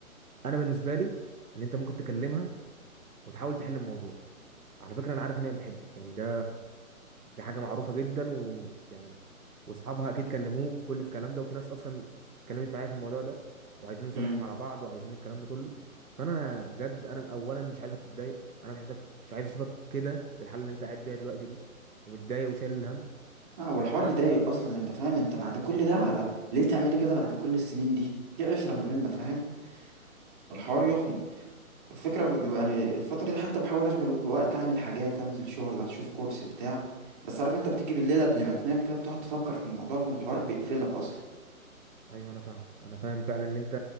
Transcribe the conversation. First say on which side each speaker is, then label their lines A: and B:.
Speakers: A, on the right; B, on the right.
A: انا بالنسبه لي ان انت ممكن تكلمها وتحاول تحل الموضوع على فكره انا عارف ان هي بتحبك يعني ده دي حاجة معروفة جدا ويعني واصحابها اكيد كلموه كل الكلام ده وفي ناس اصلا اتكلمت معايا في الموضوع ده وعايزين نصالحهم
B: امم
A: على بعض وعايزين الكلام ده كله فانا بجد انا اولا مش عايزك تتضايق انا مش عايزك مش عايز اشوفك كده بالحالة اللي انت قاعد بيها دلوقتي دي ومتضايق وشايل الهم
B: لا هو الحوار
A: لا
B: يضايق اصلا انت فاهم انت بعد كل ده على ليه تعملي كده بعد كل السنين دي في عشرة ما بيننا فاهم فالحوار يخنق الفكرة ب- يعني الفترة دي حتى بحاول اشغل بوقت اعمل حاجات انزل شغل اشوف كورس بتاع بس عارف انت بتيجي بالليل قبل ما تنام كده بتقعد تفكر في الموضوع فالحوار بيقفلك اصلا
A: ايوه انا فاهمك انا فاهم فعلا ان انت